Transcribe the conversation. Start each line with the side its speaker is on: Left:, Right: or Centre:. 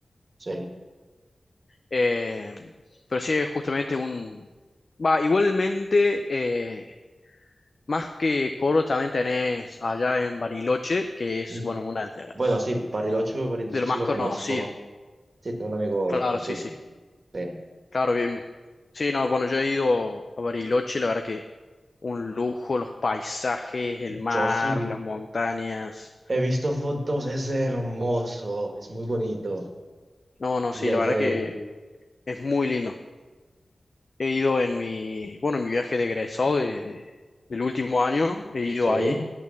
Right: sí.
Left: Eh, pero sí, es justamente un... Va, igualmente, eh, más que Córdoba, también tenés allá en Bariloche, que es,
Right: Mm,
Left: bueno, una de las,
Right: Bueno, sí, Bariloche, Bariloche
Left: de lo
Right: sí
Left: más
Right: lo
Left: conocido.
Right: conozco. Sí, tengo un amigo
Left: Claro,
Right: argentino.
Left: sí, sí.
Right: Sí.
Left: Claro, bien. bien. Sí, no, bueno, yo he ido a Bariloche, la verdad que un lujo, los paisajes, el mar,
Right: Yo sí
Left: las montañas.
Right: he visto fotos, es hermoso, es muy bonito.
Left: No, no,
Right: Y
Left: sí,
Right: allá
Left: la verdad
Right: hay...
Left: que es muy lindo. He ido en mi, bueno, en mi viaje de egresado de, de- del último año, he ido
Right: Sí.
Left: ahí,